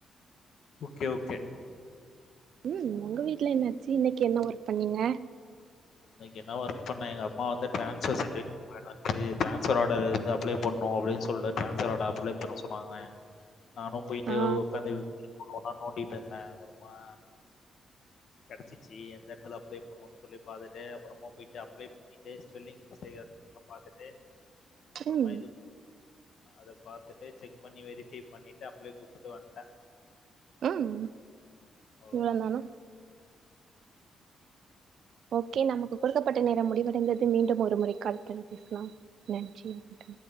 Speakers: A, on the left; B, on the right.
A: ஓகே ஓகே
B: ம் உங்க வீட்ல என்னாச்சு இன்னைக்கு என்ன ஒர்க் பண்ணீங்க
A: இன்னக்கி என்ன ஒர்க் பண்ண எங்க அம்மா வந்து டிரான்ஸ்ஃபர் செடு <unintelligible> டிரான்ஸஃபர் ஆர்டர் வந்து அப்ளை பண்ணு அப்டின்னு சொல்லிட்டு டிரான்ஸ்ஃபர் ஆ்டர் அப்ளை பண்ணு சொன்னாங்க நானு போயிட்டு
B: ஆ
A: உக்காந்து கொஞ்நேரோ நோண்டிட்டு இருந்த அப்புறமா கெடச்சுச்சி எந்த எடத்துல அப்ளே பண்ணுன்னு சொல்லி பாத்துட் டு அப்புறமா போயிட்டு அப்ளை பண்ணிட்டு ஸ்பெல்லிங் மிஸ்டேக் இருக்குதான்னு பாத்துட்டு அப்புறமா
B: ம்
A: அத பாத்துட்டு செக் பண்ணி வெரிஃபைவ் பண்ணிட்டு அப்ளே குடுத்துட்டு வந்தே
B: ம்
A: அவ்வளோதான்.
B: இவ்ளோ நேரோ ஓகே நமக்கு கொடுக்கப்பட்ட நேரோ முடிவடைந்தது மீண்டும் ஒரு முறை கால் பண்ணி பேசலா நன்றி வணக்க